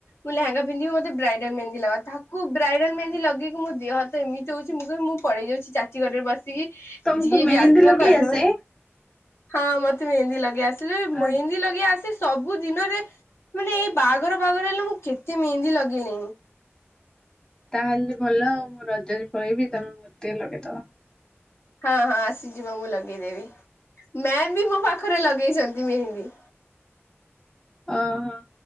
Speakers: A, on the left; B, on the left.
A: ମୁଁ ଲେହେଙ୍ଗା ପିନ୍ଧିବ ମତେ ବ୍ରାଇଡାଲ ମେହେନ୍ଦି ଲଗା। ତାକୁ ବ୍ରାଇଡାଲ ମେହେନ୍ଦୀ ଲଗେଇକି ମୋ ଦେହ ହାତ ଏମିତି ହଉଛି ମୁଁ କହିଲି ମୁଁ ପଳେଇ ଯାଉଛି। ଚାଚୀ ଘରରେ ବସିକି
B: ତମକୁ
A: ଯିଏ
B: ମେହେନ୍ଦୀ
A: ବି ଆସିବ
B: ଲଗେଇ
A: କହିଦେବ,
B: ଆସେ?
A: ହଁ ମତେ ମେହିନ୍ଦୀ ଲଗେଇ ଆସ ସେ
B: ଆଉ
A: ମହେନ୍ଦି ଲଗେଇ ଆସେ ସବୁ ଦିନରେ ମାନେ ଏଇ ବାହାଘର ବାହାଘର ହେଲେ ମୁଁ କେତେ ମେହେନ୍ଦି ଲଗେଇ ଗିଣିି
B: ତାହେଲେ ଭଲ ଆଉ ମୁଁ ରଜରେ ପଳେଇବି ତମେ ମୋତେ ଲଗେଇଦବ।
A: ହଁ ହଁ ଆସିଯିବ ମୁ ଲଗେ ଗେଇ ଦେବି ମ୍ୟାମ୍ ବି ମୋ ପାଖ ପାଖରେ ଲଗେଇଛନ୍ତି ମେହେନ୍ଦୀ।
B: ହ ହ।